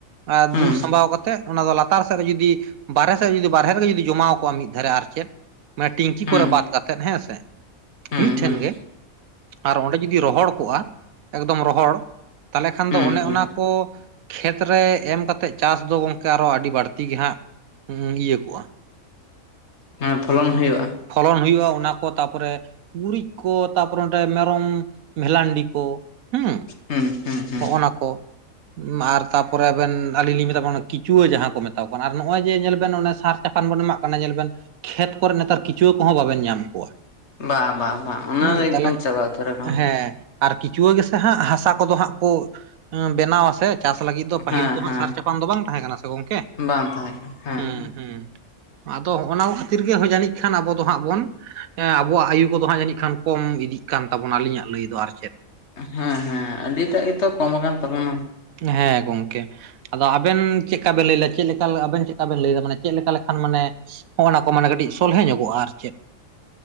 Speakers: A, on the right (about 80°); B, on the left (about 55°).
A: ᱟᱨ
B: ᱦᱩᱸ
A: ᱫᱩᱞ ᱥᱟᱢᱵᱟᱣ ᱠᱟᱛᱮᱜ ᱚᱱᱟ ᱫᱚ ᱞᱟᱛᱟᱨ ᱥᱮᱫ ᱨᱮ ᱡᱩᱫᱤ ᱵᱟᱨᱦᱮ ᱥᱮᱫ ᱨᱮ ᱡᱩᱫᱤ ᱵᱟᱦᱨᱮ ᱨᱮᱜᱮ ᱡᱩᱫᱤ ᱡᱚᱢᱟᱣ ᱠᱚᱜ-ᱟ ᱢᱤᱫ ᱫᱷᱟᱨᱮ ᱟᱨ ᱪᱮᱫ ᱢᱟᱱᱮ ᱴᱤᱝᱠᱤ
B: ᱦᱩᱸ
A: ᱠᱚᱨᱮ ᱵᱟᱫ ᱠᱟᱛᱮᱫ ᱦᱮᱸ ᱥᱮ
B: ᱦᱩᱸ
A: ᱢᱤᱫᱴᱷᱮᱱ
B: ᱦᱩᱸ
A: ᱜᱮ,
B: ᱦᱩᱸ
A: ᱟᱨ ᱚᱸᱰᱮ ᱡᱩᱫᱤ ᱨᱚᱦᱚᱲ ᱠᱚᱜ-ᱟ ᱮᱠᱫᱚᱢ ᱨᱚᱦᱚᱲ ᱛᱟᱦᱞᱮ ᱠᱷᱟᱱ
B: ᱦᱩᱸ ᱦᱩᱸ
A: ᱫᱚ ᱚᱱᱮ
B: ᱦᱩᱸ
A: ᱚᱱᱟ ᱠᱚ ᱠᱷᱮᱛᱨᱮ ᱮᱢ ᱠᱟᱛᱮᱜ ᱪᱟᱥ ᱫᱚ ᱜᱚᱝᱠᱮ ᱟᱨᱚ ᱟᱹᱰᱤ ᱵᱟᱹᱲᱛᱤ ᱜᱮ ᱦᱟᱸᱜ ᱤᱭᱟᱹ ᱠᱚᱜ-ᱟ᱾
B: ᱦᱮ ᱯᱷᱚᱞᱚᱱ ᱦᱩᱭᱩᱜ-ᱟ᱾
A: ᱯᱷᱚᱞᱚᱱ ᱦᱩᱭᱩᱜ-ᱟ ᱚᱱᱟ ᱠᱚ ᱛᱟᱯᱚᱨᱮ ᱜᱩᱨᱤᱡ ᱠᱚ ᱛᱟᱯᱚᱨᱮ ᱚᱸᱰᱮ ᱢᱮᱨᱚᱢ ᱵᱷᱮᱞᱟᱱᱰᱤ ᱠᱚ ᱦᱩᱸ
B: ᱦᱩᱸ ᱦᱩᱸ ᱦᱩᱸ
A: ᱦᱚᱜ-ᱚ ᱱᱟ ᱠᱚ ᱟᱨ ᱛᱟᱯᱚᱨᱮ ᱟᱵᱮᱱ ᱟᱞᱤᱧ ᱞᱤᱧ ᱢᱮᱛᱟ ᱵᱱᱟ ᱠᱤᱪᱩᱣᱟᱹ ᱡᱟᱦᱟᱸ ᱠᱚ ᱢᱮᱛᱟ ᱠᱚ ᱠᱟᱱᱟ ᱟᱨ ᱱᱚᱜ-ᱚᱭ ᱡᱮ ᱧᱮᱞ ᱵᱮᱱ ᱥᱟᱨ ᱪᱟᱯ ᱯᱟᱱ ᱵᱚᱱ ᱮᱢᱟᱜ ᱠᱟᱱᱟ ᱧᱮᱞ ᱵᱮᱱ ᱠᱷᱮᱛ ᱠᱚᱨᱮ ᱱᱮᱛᱟᱨ ᱠᱤᱪᱩᱣᱟᱹ ᱠᱚᱦᱚᱸ ᱵᱟᱵᱮᱱ ᱧᱟᱢ ᱠᱚᱣᱟ᱾
B: ᱵᱟ ᱵᱟ ᱵᱟ ᱚᱱᱟ
A: ᱦᱩᱸ
B: ᱫᱚ ᱮᱠᱫᱚᱢ
A: ᱛᱟᱦᱚᱞᱮ
B: ᱪᱟᱵᱟ ᱩᱛᱟᱹᱨ ᱟᱠᱟᱱᱟ᱾
A: ᱦᱮᱸ ᱟᱨ ᱠᱤᱪᱩᱣᱟᱹ ᱜᱮᱥᱮ ᱦᱟᱸᱜ ᱦᱟᱥᱟ ᱠᱚᱫᱚ ᱦᱟᱸᱜ ᱠᱚ ᱵᱮᱱᱟᱣᱟ ᱥᱮ᱾ ᱪᱟᱥ ᱞᱟᱹᱜᱤᱫ ᱫᱚ ᱯᱟᱹᱦᱤᱞ
B: ᱦᱮᱸ
A: ᱛᱚ ᱦᱟᱸᱜ
B: ᱦᱮᱸ
A: ᱥᱟᱨ ᱪᱟᱯᱟᱱ ᱫᱚ ᱵᱟᱝ ᱛᱟᱦᱮᱸ ᱠᱟᱱᱟ ᱥᱮ ᱜᱚᱝᱠᱮ
B: ᱵᱟᱝ ᱛᱟᱦᱮᱸ ᱠᱟᱱᱟ ᱦᱮᱸ
A: ᱦᱩᱸ
B: ᱦᱮᱸ
A: ᱦᱩᱸ ᱟᱫᱚ ᱦᱚᱜᱚᱱᱟ ᱠᱷᱟᱹᱛᱤᱨ ᱜᱮ ᱦᱚᱭ ᱡᱟᱹᱱᱤᱡ ᱠᱷᱟᱱ ᱟᱵᱚ ᱫᱚ ᱦᱟᱸᱜ ᱵᱚᱱ ᱮ ᱟᱵᱚᱣᱟᱜ ᱟᱭᱩ ᱠᱚᱫᱚ ᱦᱟᱸᱜ ᱡᱟᱹᱱᱤᱡ ᱠᱷᱟᱱ ᱠᱚᱢ ᱤᱫᱤᱜ ᱠᱟᱱ ᱛᱟᱵᱚᱱᱟ ᱟᱹᱞᱤᱧᱟᱜ ᱞᱟᱹᱭ ᱫᱚ ᱟᱨ ᱪᱮᱫ᱾
B: ᱦᱮᱸ ᱦᱮᱸ ᱟᱹᱰᱤᱴᱟᱜ ᱜᱮᱛᱚ ᱠᱚᱢ ᱟᱠᱟᱱ ᱛᱟᱵᱚᱱᱟ᱾
A: ᱦᱮᱸ ᱜᱚᱝᱠᱮ ᱟᱫᱚ ᱟᱵᱮᱱ ᱪᱮᱜ ᱠᱟ ᱵᱮᱱ ᱞᱟᱹᱭ ᱞᱮ ᱟ ᱪᱮᱫ ᱞᱮᱠᱟ ᱟᱵᱮᱱ ᱪᱮᱫ ᱞᱮᱠᱟ ᱵᱮᱱ ᱞᱟᱹᱭᱟ ᱢᱟᱱᱮ ᱪᱮᱫ ᱞᱮᱠᱟ ᱞᱮᱠᱷᱟᱱ ᱢᱟᱱᱮ ᱦᱚᱜᱚᱱᱟ ᱠᱚ ᱢᱟᱱᱮ ᱠᱟᱹᱴᱤᱡ ᱥᱚᱞᱦᱮ ᱧᱚᱜᱚᱜ-ᱟ ᱟᱨ ᱪᱮᱫ